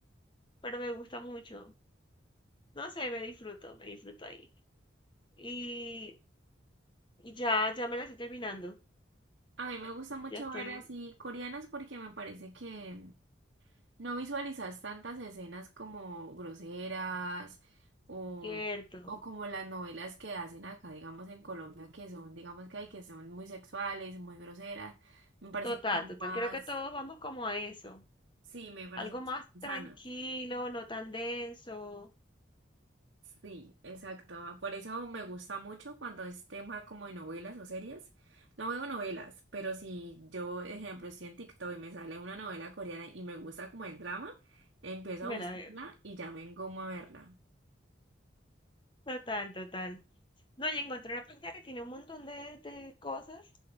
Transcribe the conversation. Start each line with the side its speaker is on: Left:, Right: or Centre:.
Left: pero me gusta mucho. No sé, me disfruto, me disfruto ahí. Y, y ya, ya me la estoy terminando.
Right: A mí me gusta mucho
Left: Ya estoy
Right: ver así coreanas porque me parece que no visualizas tantas escenas como groseras o,
Left: cierto.
Right: o como las novelas que hacen acá, digamos en Colombia, que son, digamos que hay que son muy sexuales, muy groseras. Me parece
Left: Total,
Right: que son
Left: total.
Right: más
Left: Creo que todos vamos como a eso.
Right: Sí, me parece
Left: Algo
Right: que
Left: más
Right: son
Left: tranquilo,
Right: sanas.
Left: no tan denso.
Right: Sí, exacto. Por eso me gusta mucho cuando es tema como de novelas o series. No veo novelas, pero si yo, ejemplo, estoy en TikTok y me sale una novela coreana y me gusta como el drama, empiezo
Left: Me
Right: a buscarla
Left: la veo.
Right: y ya me engomo a verla.
Left: Total, total. No, y encontré una página que tiene un montón de, de cosas,